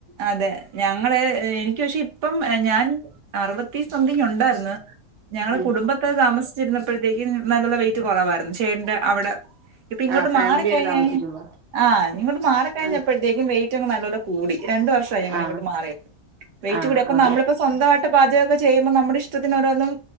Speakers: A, on the right (about 85°); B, on the right (about 45°).
A: അതെ ഞങ്ങള് എനിക്ക് പക്ഷെ ഇപ്പം ഞാൻ അറുപത്തി സംതിങ് ഉണ്ടായിരുന്നു ഞങ്ങളുടെ
B: ഉം
A: കുടുംബത്തെ താമസിച്ചിരുന്നപ്പോഴത്തേക്കും നല്ല വെയിറ്റ് കുറവായിരുന്നു ചേന്റെ അവിടെ ഇപ്പൊ ഇങ്ങോട്ട്
B: ആഹ് ഫാമിലിയില്
A: മാറികഴിഞ്ഞു
B: താമസിക്കുമ്പോ
A: കഴി ആ ഇങ്ങോട്ട് മാറിക്കഴിഞ്ഞപ്പോഴത്തേക്കും
B: ആഹ്
A: വെയിറ്റ്ങ്ങു നല്ലല്ലോ കൂടി രണ്ടു വർഷമായി ഞങ്ങളെ
B: ആഹ്
A: ഇങ്ങോട്ട് മാറിയിട്ട് വെയിറ്റ്
B: ആഹ്
A: കൂടി അപ്പൊ
B: ആഹ്
A: നമ്മളിപ്പോ സ്വന്തമായിട്ട് പാചകം ഒക്ക ചെയ്യുമ്പോ നമ്മുടെ ഇഷ്ടത്തിനോരോന്നും